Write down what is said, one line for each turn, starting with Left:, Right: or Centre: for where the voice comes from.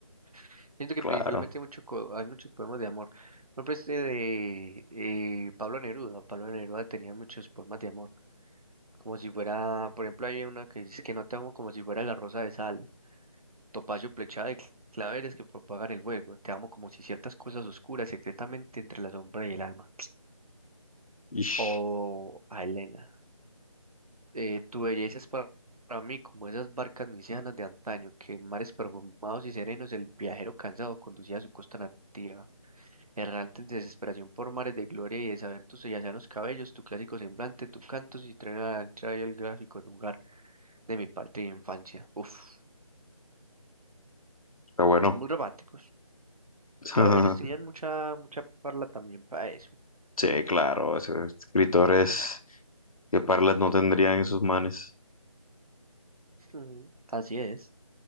Right: <sniffs> Siento que
Left: Claro.
Right: principalmente hay, mucho co- hay muchos poemas de amor. Por ejemplo, este de eh, Pablo Neruda. Pablo Neruda tenía muchos poemas de amor. Como si fuera, por ejemplo, hay una que dice que no te amo como si fuera la rosa de sal, topacio plechada de cl- claveres que propagan el fuego, te amo como si ciertas cosas oscuras secretamente entre la sombra y el alma.
Left: Ish,
Right: O a Elena, eh, tu belleza es pa- para mí como esas barcas nisianas de antaño que en mares perfumados y serenos el viajero cansado conducía a su costa nativa. Errante en desesperación por mares de gloria y de saber tus sellanos cabellos, tu clásico semblante, tu canto y trae al gráfico en lugar. de mi parte de infancia. Uf,
Left: está bueno.
Right: muy románticos.
Left: <laughs>
Right: Claro, ellos tenían mucha, mucha parla también para eso.
Left: Sí, claro, esos escritores que Parlet no tendrían esos manes.
Right: Mm, Así es.